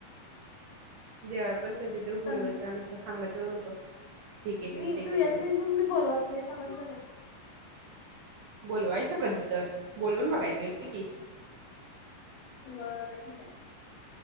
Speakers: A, on the right (about 65°); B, on the left (about 75°).
A: जेव्हा पण कधीतरी बोलवत
B: तंद
A: जा नुसता सांगत जाऊ नकोस हे केलेल
B: मी
A: ते केलेल
B: तू येत
A: म्हणून
B: नाहीस मी बोलवत नाही समजलं नाही
A: बोलवायचं कधी तर बोलून बघायचं येतो की
B: बरं ठीक आहे